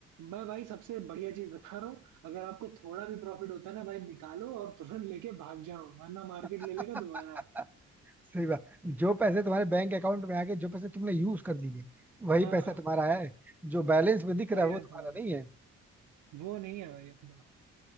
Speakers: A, on the right (about 85°); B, in the centre.
A: मैं भाई सबसे बढ़िया चीज बता रहा हूँ अगर आपको थोड़ा भी प्रॉफिट होता है ना भाई निकालो और तुरंत लेके भाग जाओ वरना मार्केट
B: <laughs>
A: ले लेगा दोबारा
B: सही बात जो पैसे तुम्हारे बैंक अकाउंट में आ गए जो पैसे तुमने यूज कर दिए वही
A: हाँ
B: पैसा तुम्हारा है जो बैलेंस में दिख रहा
A: सही
B: है वो
A: बात
B: तुम्हारा
A: है भाई।
B: नहीं
A: वो नहीं है भाई अपना